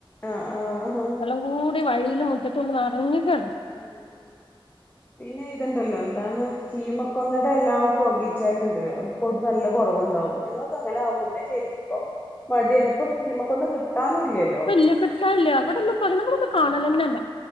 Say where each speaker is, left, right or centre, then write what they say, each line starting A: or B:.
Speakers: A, on the left; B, on the left.
A: ആഹ് ആഹ്
B: എല്ലാെങ്കൂടി വഴിയിലും മുറ്റത്തൂണ്ട് നെറ്ഞ്ഞ്കാണ്
A: ആഹ് പിന്നെ ഇത്ണ്ടല്ലോ ന്താണ് ചീമക്കൊന്നെടെലാ പോകീച്ചാലുംണ്ട് അം കൊതു നല്ല കൊറവ്ണ്ടാവും ഞങ്ങളൊക്കങ്ങനാ മുന്നേ ചെയ്തപ്പോ മട്യാണ് ഇപ്പം ശീമക്കൊന്ന കിട്ടാനും ഇല്ലൽ
B: ഇപ്പല്ല്യ കിട്ടാൻല്ല്യ വ്ടൊന്നും പ്പങ്ങെനെ വ്ടൊന്നും കാണലെന്നെല്ലാ